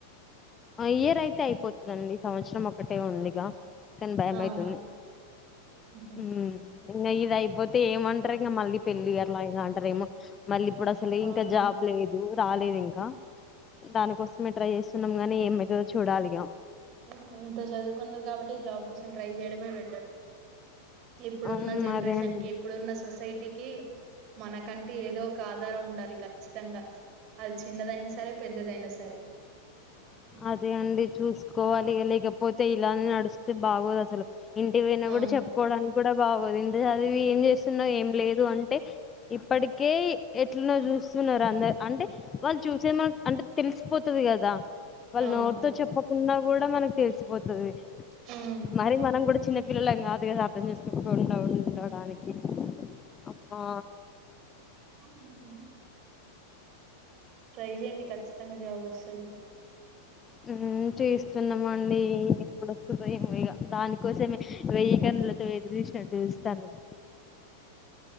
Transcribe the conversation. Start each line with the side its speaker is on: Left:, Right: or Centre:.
Left: ఇయర్ అయితే అయిపోతుందండి సంవత్సరం ఒకటే ఉందిగా కానీ భయం
Right: అవునా
Left: అయితుంది
Right: హుహు.
Left: ఉమ్ ఇంగ ఇది అయిపోతే ఏమంట్రింగా, మళ్ళీ పెళ్ళి అట్లా ఇగ అంట్ టారేమో మళ్ళీ ఇప్పుడు అసలే
Right: అవునా
Left: ఇంకా జాబ్ లేదు. రాలేదు ఇంకా, దానికోసమే ట్రై చేస్తున్నాం గానీ, ఏమయితదో చూడాలిగా.
Right: ఉమ్ ఇంత చదువుకున్రు గాబట్టి జాబ్ కోసం ట్రై చేయడమే బెటర్. ఇప్పుడున్న
Left: ఉమ్
Right: జనరేషన్
Left: అదే అండి
Right: కి, ఇప్పుడున్న సొసైటీక్ కి మనకంటి ఏదో ఒక ఆధారం ఉండాలి ఖచ్చితంగా. అది చిన్నదైనా సరే, పెద్దదైనా సరే. హ్మ్.
Left: అదే అండి చూసుకోవాలిగా. లేకపోతే ఇలానే నడుస్ బాగోదు అసలు ఇంటిపోయినా
Right: అవునవును
Left: గూడా చెప్పుకోవడానికి గూడా. బాగోదు. ఇంతా చదివి ఏం చేస్తున్నావ్, ఏం లేదు అంటే. ఇప్పటికే ఎట్లనో చూస్ స్తున్నారు. అందర్ అంటే వాళ్ళు చూసే మనక్ అంటే తెలిసిపోతది గాదా. వాళ్ళు
Right: అవునవును
Left: నోట్తో చెప్పకున్నా గూడా మనకు తెలిసిపోతది.
Right: మ్మ్
Left: మరి మనం గూడా చిన్న పిల్లలం గాదు కదా. అర్థం చేసుకోకుండా ఉండడానికి. అమ్ ఆ
Right: ఉహ్ హు ట్రై చేయండి ఖచ్చితంగా జాబ్ వస్తది.
Left: ఉమ్ చేస్తున్నామండి. ఏప్పుడు వస్తదో ఏమో ఇగ, దానికోసమే వెయ్యి కన్నులతో ఎదురుచూసినట్టు చూస్తాన్నాం.